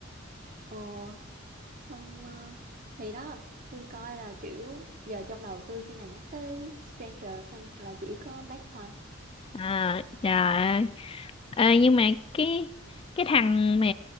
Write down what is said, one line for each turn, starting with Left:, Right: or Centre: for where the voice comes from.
Right: ồ xong ờ, thì đó tôi coi là kiểu giờ trong đầu tôi khi mà nhắc tới Stranger Things là chỉ có Max thôi
Left: à trời ơi Ờ, nhưng mà cái cái thằng mà